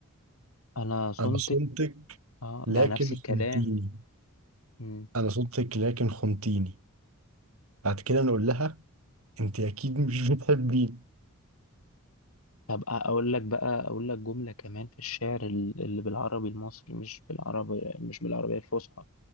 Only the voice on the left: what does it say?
انا صنتك
اه
ده نفس الكلام
مم.
طب اقول لك بقى اقول لك جملة كمان في الشعر ال- اللي بالعربي المصري مش بالعربي مش بالعربية الفصحى